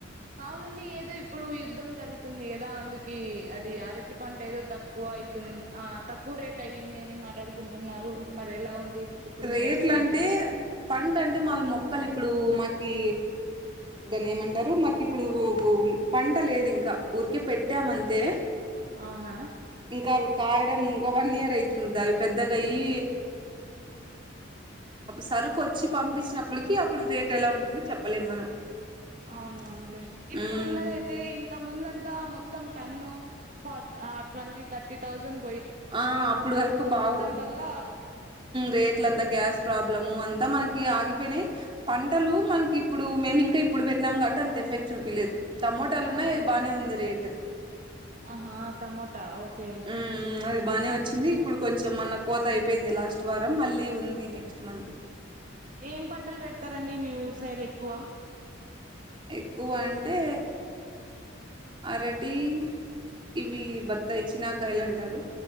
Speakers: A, on the right; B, on the right.
A: అవునండి ఏదో ఇప్పుడు యుద్ధం జరుగుతుంది కదా అందుకి అది అరటి పంట ఏదో తక్కువ అవుతుంది ఆ తక్కువ రేట్ అయ్యింది అని మాట్లాడుకుంటున్నారు మరేలా ఉంది ఇప్పుడు
B: రేట్లు
A: మీ అరటి పంట
B: అంటే పంట అంటే మావి మొక్కలు ఇప్పుడు మాకి దాన్ని ఏమంటారు మాకు ఇప్పుడు పంట లేదు ఇంకా ఊరికిే పెట్టామంతే
A: అవునా
B: ఇంకా అవి కాయడం ఒక వన్ ఇయర్ అవుతుంది అవి పెద్దగయ్యి సరుకు వచ్చి పంపించినప్పటికి అప్పటికి రేట్ ఎలా ఉంటుందో చెప్పలేము మనం
A: అవునవునులే ఇప్పుడున్నదైతే
B: ఉమ్
A: ఇంత ముందుంత మొత్తం టెన్ ఫ ట్వంటీ థర్టీ థౌసండ్
B: ఆ అప్పుడు వరకు బాగుంది
A: వల్ల
B: రేట్లంతా గ్యాస్ ప్రాబ్లము అంతా మనకి ఆగిపోయినాయి పంటలు మనకి ఇప్పుడు మేము ఇంకా ఇప్పుడు పెట్టినాము కాబట్టి అంత ఎఫెక్ట్ చూపలేదు టమోటాలు ఉన్నాది
A: ఆ
B: బానే ఉంది రేట్ అట్
A: ఆహా టమోటా ట్టా ఓకే
B: హ్మ్. అది బాగానే వచ్చింది ఇప్పుడు కొంచెం మన కోత అయిపోయింది లాస్ట్ వారం మళ్ళీ ఉంది నెక్స్ట్ మంత్ లో
A: ఏం పంటలు పెడతారండి మీ ఊరు సైడ్ ఎక్కువ
B: ఎక్కువ అంటే అరటి ఇవి బత్తాయి చినాకాయలు అంటారు